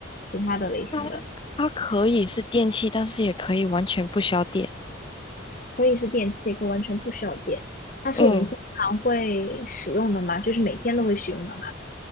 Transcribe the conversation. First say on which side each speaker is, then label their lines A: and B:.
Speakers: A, on the left; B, on the left.
A: 其他的类型的？
B: 它它可以是电器，但是也可以完全不需要电。
A: 可以是电器，可以完全不需要电。它是我们经常会使用的嘛，
B: 嗯，
A: 就是每天都会使用的嘛。